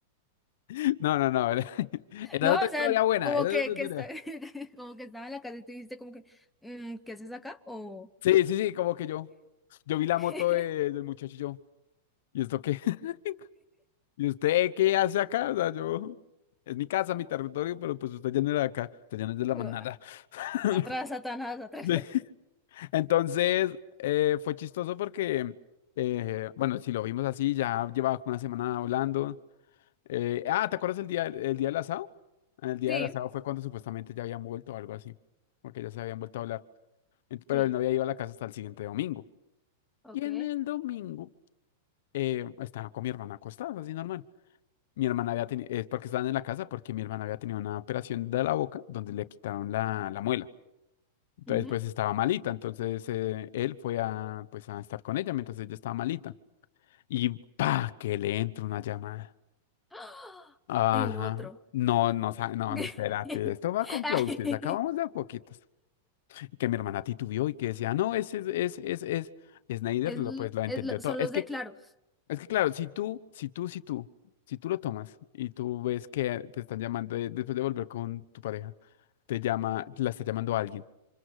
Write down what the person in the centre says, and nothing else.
No,
o
sea,
como
que,
que está... <laughs> como que estaba en la casa y tú dijiste como que, "Mm, ¿qué haces acá? O...
<laughs>
o, "A-
atrás, Satanás, atrás.
Sí.
Sí,
ok.
ujú.
¡Ah!
El otro.
<laughs>
Ay,
Es,
l-
es lo-
son
los
de claros,